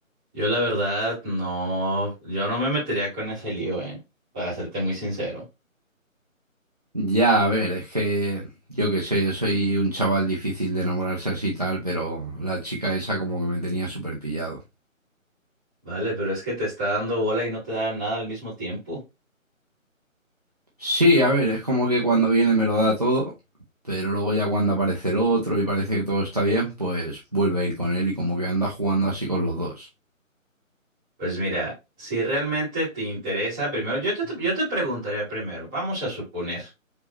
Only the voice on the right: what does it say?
Ya, a ver, es que yo qué sé, yo soy un chaval difícil de enamorarse así y tal, pero la chica esa como que me tenía súper pillado.
Sí, a ver, es como que cuando viene me lo da todo, pero luego ya cuando aparece el otro y parece que todo está bien, pues vuelve a ir con él y como que anda jugando así con los dos.